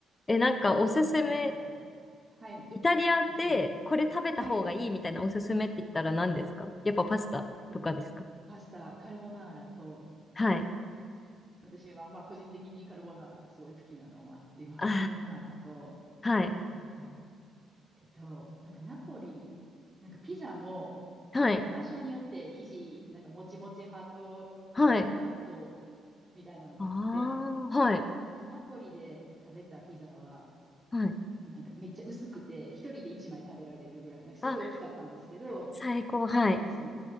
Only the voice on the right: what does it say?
ねえ、食べ物のこだわりが。はい。
おすすめ。はい。でパスタ、カルボナーラと、
私は、まあ、個人的にカルボナーラがすごい好きなのもあって、まあ、
カルボナーラと、
なんだろう、えっと、なんかナポリ、なんかピザも、
なんか場所によって生地、なんかもちもち派とペラペラ派と、
みたいなのがあって、
なんかナポリで食べたピザは、
なんかめっちゃ薄くて、一人で一枚食べられるぐらい、なんかすごい大きかったんですけど、
なんかその